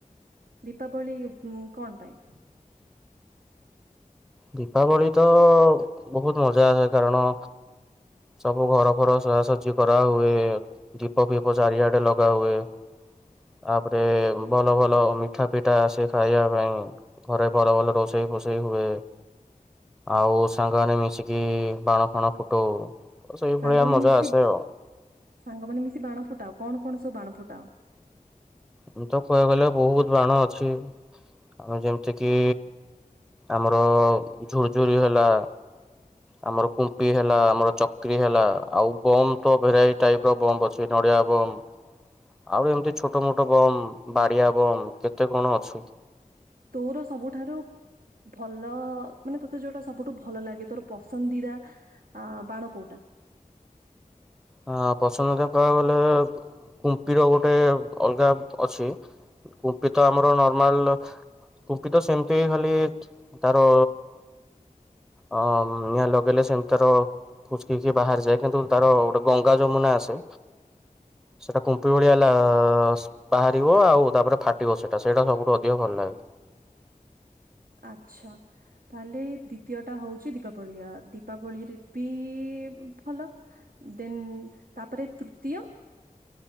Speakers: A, on the right (about 85°); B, in the centre.
A: ଦୀପାବଳି ଉ କଣ ପାଇଁ?
B: ଦୀପାବଳି ତ ବହୁତ ମଜା ଆସେ କାରଣ ସବୁ ଘର ଫର ସଜାସଜି କରା ହୁଏ। ଦୀପ ଫିପ ଚାରିଆଡେ ଲଗା ହୁଏ। ତାପରେ ଭଲ ଭଲ ମିଠା ପିଠା ଆସେ ଖାଇବା ପାଇଁ। ଘରେ ଭଲ ଭଲ ରୋଷେଇ ଫୋଷେଇ ହୁଏ। ଆଉ ସାଙ୍ଗମାନେ ମିଶିକି ବାଣ ଫାଣ ଫୁଟଉ। ସେଇଭଳିଆ
A: ସାଙ୍ଗମାନେ
B: ମଜା
A: ମିଶି
B: ଆସେ ଆଉ।
A: ସାଙ୍ଗମାନୋନ ମିଶି ବାଣ ଫୁଟାଅ କଣ କଣ ସବୁ ବାଣ ଫୁଟାଅ।
B: ମୁଁ ତ କହିବାକୁ ଗଲେ ବହୁତ ବାଣ ଅଛି। ହଁ ଯେମିତି କିି ଆମର ଝୁୁରଝୁରି ହେଲା। ଆମର କୁମ୍ପି ହେଲା, ଆମର ଚକ୍ରି ହେଲା, ଆଉ ବମ୍ ତ ଭେରାଇଟି ଟାଇପ ର ବମ୍ ଅ ସେ ନଡ଼ିଆ ବମ୍। ଆଉ ଏମିତି ଛୋଟ ମୋଟ ବମ୍, ବାଡିଆ ବମ୍, କେତେ କଣ ଅଛି।
A: ତୋର ସବୁଠାରୁ ଭଲ ମାନେ ତୋତେ ଯୋଉଟା ସବୁଠୁ ଭଲ ଲାଗେ ତୋର ପସନ୍ଦିଦା ଆ ବାଣ କୋଉଟା?
B: ହଁ ପସନ୍ଦିଦା କହିବାକୁ ଗଲେ, କୁମ୍ପିର ଗୋଟେ ଅଲଗା ଅଛି। କୁମ୍ପି ତ ଆମର ନର୍ମାଲ କୁମ୍ପି ତ ସେମିତି ଖାଲି ତାର ଅ ନିଆଁ ଲଗେଇଲେ ସେମିତି ତାର ଫୁସକିକି ବାହାରିଯାଏ, କିନ୍ତୁ ତାର ଗଙ୍ଗା ଯମୁନା ଆସେ, ସେଟା କୁମ୍ପି ଭଳିଆ ଲା ବାହାରିବ ଆଉ ତାପରେ ଫାଟିବ ସେଇଟା, ସେଇଟା ସବୁଠୁ ଅଧିକ ଭଲ ଲାଗେ।
A: ଆଚ୍ଛା! ତାହେଲେ ଦ୍ଵିତୀୟ ଟା ହଉଛି ଦୀପାବଳି ଆ ଦୀପାବଳିରେ ବି ଭଲ ଦେନ୍ ତାପରେ ତୃତୀୟ?